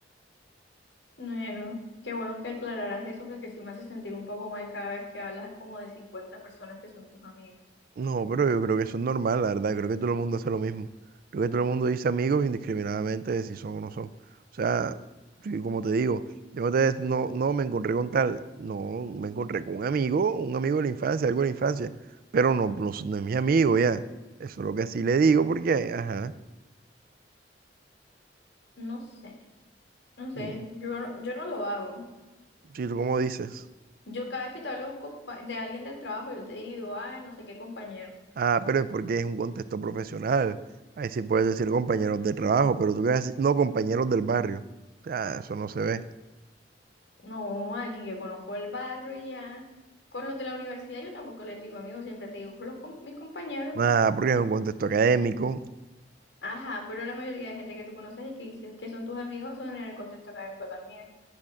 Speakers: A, on the left (about 70°); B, on the right (about 50°).
A: Bueno, qué bueno que aclararas eso porque sí me hace sentir un poco mal cada vez que hablas como de 50 personas que son tus amigos.
B: No, pero yo creo que eso es normal, la verdad. Creo que todo el mundo hace lo mismo. Creo que todo el mundo dice amigos indiscriminadamente de si son o no son. O sea, sí, como te digo, yo otra vez no, no me encontré con tal, no, me encontré con un amigo, un amigo de la infancia, algo de la infancia, pero no, no, es no es mi amigo ya. Eso es lo que así le digo porque, ajá,
A: No sé, no sé,
B: mm,
A: yo, no- yo no lo hago.
B: sí, tú como dices,
A: Yo cada vez que te hablo de, un compa- de alguien del trabajo, yo te digo, ay, no sé qué compañero.
B: ah, pero es porque es un contexto profesional. Ahí sí puedes decir compañeros de trabajo, pero tú qué vas a decir, no compañeros del barrio. O sea, eso no se ve.
A: No, alguien que conozco el barrio y ya. Con los de la universidad yo tampoco les digo amigos, siempre te digo con los com- mis compañeros.
B: Nada, porque es un contexto académico,
A: Ajá, pero la mayoría de gente que tú conoces y que dices que son tus amigos son en el contexto académico también.